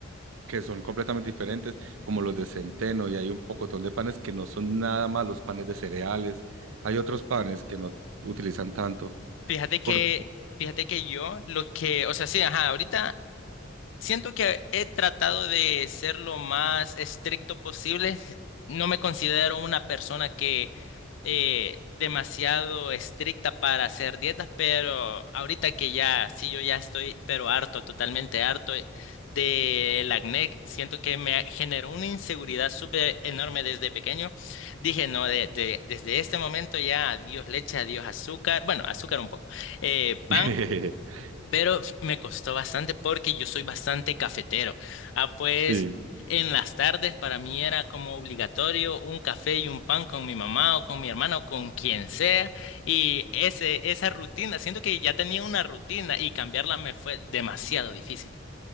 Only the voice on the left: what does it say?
Fíjate que,
fíjate que yo lo que, o sea, sí, ajá, ahorita Siento que he tratado de ser lo más estricto posible. No me considero una persona que eh, demasiado estricta para hacer dietas, pero ahorita que ya, sí, yo ya estoy, pero harto, totalmente harto del acné. Siento que me generó una inseguridad súper enorme desde pequeño. Dije, no, de- de- desde este momento ya adiós leche, adiós azúcar, bueno, azúcar un poco, eh, pan
pero f- me costó bastante porque yo soy bastante cafetero. Ah, pues
en las tardes para mí era como obligatorio un café y un pan con mi mamá o con mi hermana o con quien sea. Y ese, esa rutina, siento que ya tenía una rutina y cambiarla me fue demasiado difícil.